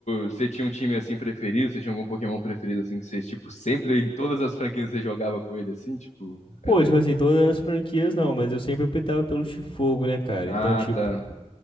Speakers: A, on the left (about 70°); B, on the left (about 45°).
A: você tinha um time, assim, preferido? Você tinha algum Pokémon preferido, assim, que você, tipo, sempre, em todas as franquias você jogava com ele, assim, tipo,
B: Pô,
A: era...
B: tipo assim, todas as franquias não, mas eu sempre optava pelos de fogo, né, cara?
A: Ah,
B: Então, tipo,
A: tá.